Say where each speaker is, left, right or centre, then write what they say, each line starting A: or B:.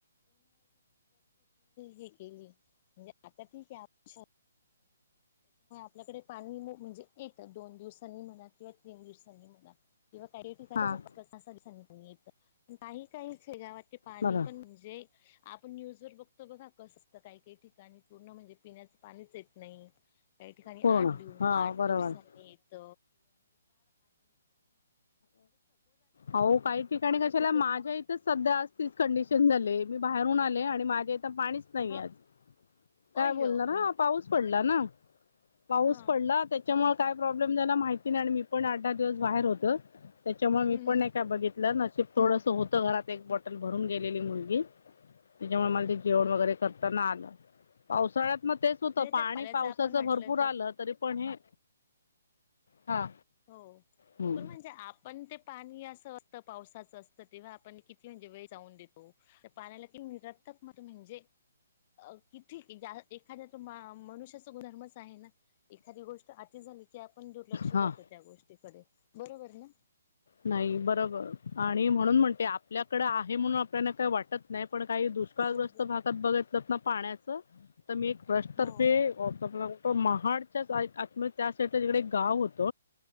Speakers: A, on the left (about 30°); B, on the left (about 65°).
A: हे केली म्हणजे आता ठीक आहे.. आपल्याकडे पाणी म्हणजे येतं दोन दिवसांनी म्हणा किंवा तीन दिवसांनी... किंवा काही ठिकाणच
B: हां
A: स दिसांनी येतं प काही... ते पाणी
B: बरं
A: पण म्हणजे आपण न्यूज वर बघतो.. बघा कसंत काही काही ठिकाणी पूर्ण म्हणजे पिण्यास पाणीच येत नाही. काही
B: पूर्ण
A: आठ
B: हां
A: आठ
B: बरोबर
A: दिवसांनी येत..
B: हो काही ठिकाणी कशाला
A: तिथं
B: माझ्या इथच सध्या अशी कंडीशन झालिया. मी बाहेरून आले आणि माझ्या इथे पाणीच नाही
A: हा
B: आहे आज काय
A: अय्यो
B: बोलणार पाऊस च हा हा... पडला ना पाऊस
A: हा
B: पडला त्याच्यामुळे.... काय प्रॉब्लेम आहे ना माहिती नाही आणि मी पण आठ दहा दिवस बाहेर होते. त्याच्यामुळे मी
A: हम्म
B: पण नाही काय बघितलं नशीब थोडस
A: हम्म
B: होत घरात एक बॉटल भरून गेलेली मुलगी त्याच्यामुळे मला ते जेवण वगैरे करताना आलं पावसाळ्यात... म तेच
A: म्हणजे
B: होतं पाणी
A: त्या पाण्याचं
B: पावसाच
A: आपण म्हटलं
B: भरपूर आलं तरी, पण हे हा
A: हो
B: हम्म
A: पण म्हणजे आप पण ते पाणी असं असतं पावसाचं असतं, तेव्हा आपण किती म्हणजे वेळ जाऊन देतो? त्या पाण्याला कणी तुम्ही रत्तत मत म्हणजे अ कितीे ज्याला एखाद्या तर मनुष्याचा गुनधर्मच आहे ना, एखादी गोष्ट आती झाली की आपण दुर्लक्ष
B: हा
A: करतोय. तिकडे बरोबर ना.
B: नाही बरोबर आणि म्हणून म्हणते आपल्याकडे आहे, म्हणुन आपल्याला काय वाटत नाही. पण काही दुष्काळग्रस्त
A: हो
B: भागात बघितलत ना पाण्याचं तर मी एक ट्रस्ट
A: हो
B: तर्फे <unintelligible> ते महाडच्या आत मध्ये आतल्या साईडला तिकडे एक गाव होत